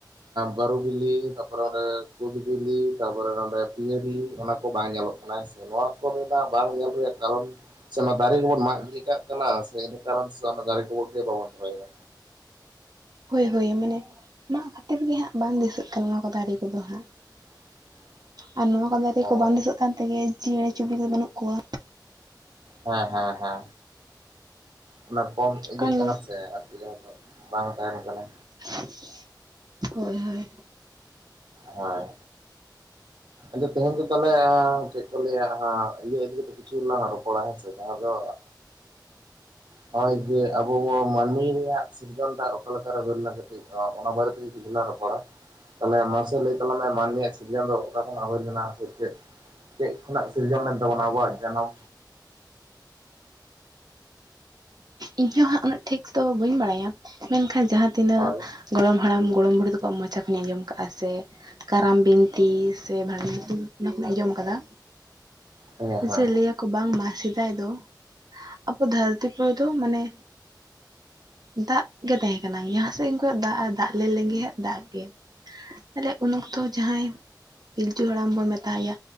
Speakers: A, on the right (about 80°); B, on the right (about 60°).
A: ᱵᱟᱹᱨᱩ ᱵᱤᱞᱤ ᱛᱟᱯᱚᱨᱮ ᱸᱰᱮ ᱠᱩᱫ ᱵᱤᱞᱤ ᱛᱟᱯᱚᱨᱮ ᱱᱚᱸᱰᱮ ᱯᱤᱭᱟᱨᱤ ᱚᱱᱟ ᱠᱚ ᱵᱟᱝ ᱧᱮᱞᱚᱜ ᱥᱮ ᱱᱚᱣᱟ ᱠᱚᱨᱮᱱᱟᱜ ᱵᱟᱝ ᱧᱮᱞ ᱨᱮᱭᱟᱜ ᱠᱟᱨᱚᱱ ᱥᱮ ᱚᱱᱟ ᱫᱟᱨᱮ ᱜᱮᱵᱚᱱ ᱢᱟᱜ ᱜᱤᱰᱤ ᱠᱟᱜ ᱠᱟᱱᱟ ᱥᱮ ᱤᱱᱟᱹ ᱠᱟᱨᱚᱱ ᱛᱮᱫ ᱚᱱᱟ ᱫᱟᱨᱮ ᱠᱚ ᱜᱮ ᱵᱟᱵᱚᱱ ᱫᱚᱦᱚᱭᱮᱫᱟ
B: ᱦᱳᱭ ᱦᱳᱭ ᱢᱮᱱᱮ ᱢᱟᱜ ᱠᱟᱛᱮᱫ ᱜᱮ ᱦᱟᱸᱜ ᱵᱟᱝ ᱫᱤᱥᱟᱹᱜ ᱠᱟᱱᱟ ᱱᱚᱣᱟ ᱠᱚ ᱫᱟᱨᱮ ᱠᱚᱫᱚ ᱦᱟᱸᱜ
A: <inaudible>
B: ᱟᱨ ᱱᱚᱶᱟ ᱠᱚ ᱫᱟᱨᱮ
A: ᱚ
B: ᱠᱚ ᱵᱟᱝ ᱫᱤᱥᱟᱹᱜ ᱠᱟᱱ ᱛᱮᱜᱮ ᱪᱮᱸᱬᱮ ᱪᱩᱵᱤ ᱫᱚ ᱵᱟᱹᱱᱩᱜ ᱠᱚᱣᱟ
A: ᱦᱮᱸ ᱦᱮᱸ ᱦᱮ ᱚᱱᱟ ᱠᱚᱢ ᱤᱫᱤᱜ
B: ᱠᱟᱨᱚᱱ
A: ᱠᱟᱱᱟ ᱥᱮ ᱟᱨ ᱵᱟᱝ ᱛᱟᱦᱮᱱ ᱠᱟᱱᱟ
B: <inaudible> ᱦᱳᱭ ᱦᱳᱭ
A: ᱦᱳᱭ ᱛᱮᱦᱮᱧ ᱫᱚ ᱛᱟᱦᱚᱞᱮ ᱪᱮᱫ ᱠᱚ ᱞᱟᱹᱭᱟ ᱤᱭᱟᱹ ᱤᱫᱤ ᱠᱟᱛᱮ ᱠᱤᱪᱷᱩ ᱞᱟᱝ ᱨᱚᱯᱚᱲᱟ ᱦᱮᱸᱥᱮ ᱡᱟᱦᱟᱸ ᱫᱚ ᱱᱚᱜᱼᱚᱭ ᱡᱮ ᱟᱵᱚ ᱵᱚᱱ ᱢᱟᱹᱱᱢᱤ ᱨᱮᱭᱟᱜ ᱥᱤᱨᱡᱚᱱ ᱴᱟ ᱚᱠᱟ ᱞᱮᱠᱟᱨᱮ ᱦᱩᱭ ᱞᱮᱱᱟ ᱠᱟᱹᱴᱤᱡ ᱚᱱᱟ ᱵᱟᱨᱮ ᱛᱮᱜᱮ ᱠᱤᱪᱷᱩ ᱞᱟᱝ ᱨᱚᱯᱚᱲᱟ ᱛᱟᱦᱚᱞᱮ ᱢᱟᱥᱮ ᱞᱟᱹᱭ ᱛᱟᱞᱟᱝ ᱢᱮ ᱢᱟᱱᱢᱤᱭᱟᱜ ᱥᱤᱨᱤᱡᱚᱱ ᱫᱚ ᱚᱠᱟ ᱠᱷᱚᱱᱟᱜ ᱦᱩᱭ ᱞᱮᱱᱟ ᱥᱮ ᱪᱮᱫ ᱪᱮᱫ ᱠᱷᱚᱱᱟᱜ ᱥᱤᱨᱡᱚᱱ ᱞᱮᱱ ᱛᱟᱵᱚᱱᱟ ᱟᱵᱚᱣᱟᱜ ᱡᱟᱱᱟᱢ
B: ᱤᱧ ᱦᱚᱸ ᱦᱟᱸᱜ ᱩᱱᱟᱹᱜ ᱴᱷᱤᱠ ᱫᱚ ᱵᱟᱹᱧ ᱵᱟᱲᱟᱭᱟ ᱢᱮᱱᱠᱷᱟᱱ ᱡᱟᱦᱟᱸᱛᱤᱱᱟᱹᱜ
A: ᱦᱳᱭ
B: ᱜᱚᱲᱚᱢ ᱦᱟᱲᱟᱢ ᱜᱚᱲᱚᱢ ᱵᱩᱲᱦᱤ ᱛᱟᱠᱚᱣᱟᱜ ᱢᱚᱪᱟ ᱠᱷᱚᱱᱟᱜ ᱤᱧ ᱟᱸᱡᱚᱢ ᱠᱟᱜᱼᱟ ᱥᱮ ᱠᱟᱨᱟᱢ ᱵᱤᱱᱛᱤ ᱥᱮ ᱵᱷᱟᱱᱰᱟ ᱵᱤᱱᱛᱤ ᱚᱱᱟ ᱠᱷᱚᱱᱟᱜ ᱤᱧ ᱟᱸᱡᱚᱢ ᱟᱠᱟᱫᱟ
A: ᱦᱮᱸ ᱦᱮᱸ
B: ᱡᱮ ᱞᱟᱹᱭᱟ ᱠᱚ ᱵᱟᱝᱢᱟ ᱥᱮᱫᱟᱭ ᱫᱚ ᱟᱵᱚ ᱫᱷᱟᱹᱨᱛᱤ ᱯᱩ ᱛᱚ ᱢᱟᱱᱮ ᱫᱟᱜ ᱜᱮ ᱛᱟᱦᱮᱸ ᱠᱟᱱᱟ ᱡᱟᱦᱟᱸ ᱥᱮᱫ ᱜᱮᱢ ᱠᱚᱭᱚᱜ ᱫᱟᱜ ᱟᱨ ᱫᱟᱜ ᱞᱮ ᱞᱮᱸᱜᱮ ᱦᱟᱜ ᱫᱟᱜ ᱜᱮ ᱛᱟᱦᱞᱮ ᱩᱱ ᱚᱠᱛᱚ ᱡᱟᱦᱟᱸᱭ ᱯᱤᱞᱪᱩ ᱦᱟᱲᱟᱢ ᱵᱚᱱ ᱢᱮᱛᱟᱣᱟᱭᱟ